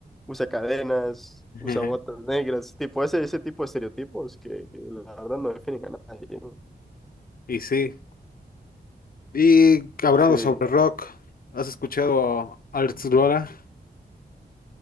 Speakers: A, in the centre; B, on the left (about 55°).
A: usa cadenas,
B: <laughs>
A: usa botas negras, tipo, ese, ese tipo de estereotipos que la verdad no definen a nadie, ¿no?
B: Y sí. Y hablando
A: Sí,
B: sobre rock, ¿has escuchado a Alex Lora?